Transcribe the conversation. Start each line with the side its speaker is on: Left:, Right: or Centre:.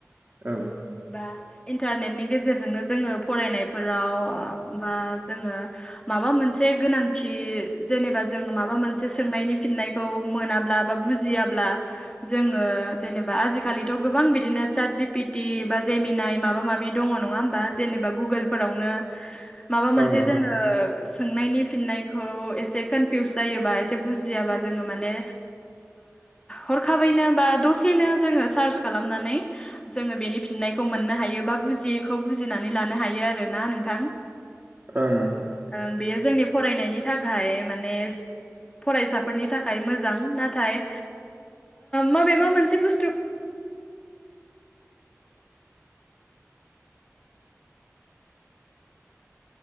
Right: औ
Left: बा इन्टारनेटनि गेजेरजोंनो जोङो फरायनायफोराव बा जोङो माबा मोनसे गोनांथि जेनेबा जों माबा मोनसे सोंनायनि फिननाय खौ मोनाब्ला बा बुजियाब्ला जोङो जेनेबा आजिखालिथ' गोबां बिदिनो चादज पिट टि बा जेमिनाय माबा माबि दङ नङा होमबा जेनेबा गुगोलफोरावनो माबा मोनसे
Right: ओं नोंथां
Left: जोङो सोंनायनि फिननायखौ एसे कनफिउस जायोबा एसे बुजियाबा जोङो माने हरखाबैनो बा दसेनो जोङो सार्च खालामनानै जोङो बेनि फिननायखौ मोननो हायो बा बुजियैखौ बुजिनानै लानो हायो आर ना नोंथां
Right: ओं नोंथां
Left: ओं बेयो जोंनि फरायनायनि थाखाय माने फरायसाफोरनि थाखाय मोजां नाथाय माबे मा मोनसे बुस्थु